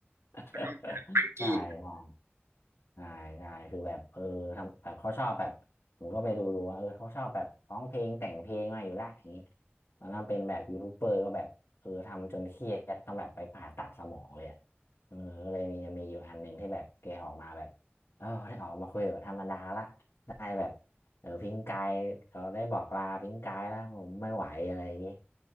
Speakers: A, on the left; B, on the right.
A: <laughs>
B: แล้วก็มีแฟรงกี้
A: ใช่ใช่ ใช่ใช่คือแบบเออทำแบบเขาชอบแบบผมก็ไปดูดูว่าเออเขาชอบแบบร้องเพลงแต่งเพลงมาอยู่แลวอย่างนี้ตอนนั้นเป็นแบบยูทูบเบอร์ก็แบบเออทำจนเครียดต้องแบบไปผ่าตัดสมองเลยอะเออก็เลยมีจะมีอยู่อันหนึ่งที่แบบแกออกมาแบบเออได้ออกมาคุยแบบธรรมดาละได้แบบเออพิงกายเขาได้บอกลาพิงกายแล้วผมไม่ไหวอะไรอย่างนี้